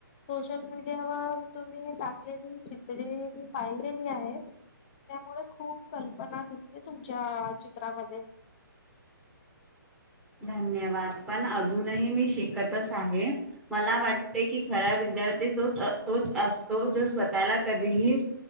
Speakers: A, on the left; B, in the centre.
A: सोशल मीडियावर तुम्ही टाकलेली चित्रे मी पाहिलेली आहेत त्यामुळे खूप कल्पना दिसते तुमच्या चित्रामध्ये
B: धन्यवाद पण अजूनही मी शिकतच आहे मला वाटते की खऱ्या विद्यार्थी तो तोच असतो जो स्वतःला कधीही